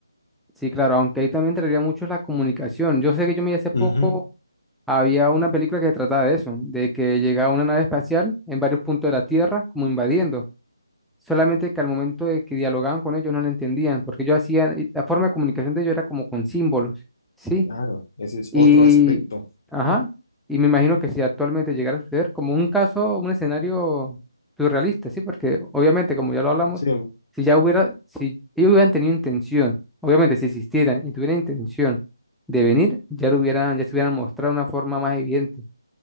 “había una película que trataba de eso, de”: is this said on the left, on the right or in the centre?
Centre